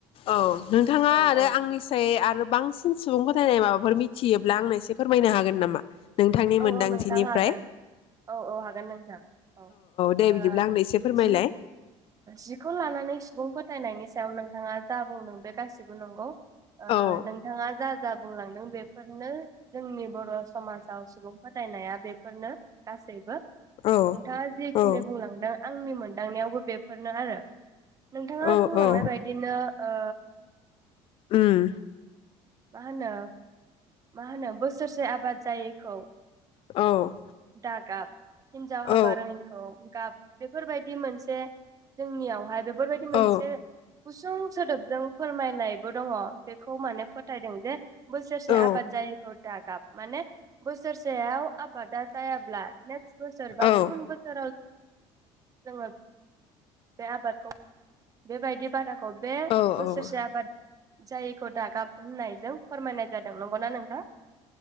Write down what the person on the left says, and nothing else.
औ नोंथाङा
आरो
आंनिसाय आरो बांसिन सुबुं फोथायनाय माबाफोर मिथियोब्ला आंनो एसे फोरमायनो हागोन नाम मा नोंथांनि
मोनदांथिनिफ्राय?
दे
बिदिब्ला आंनो एसे फोरमायलाय
औ
औ
औ
औ
औ
उम
औ
औ
औ
औ
औ
औ
औ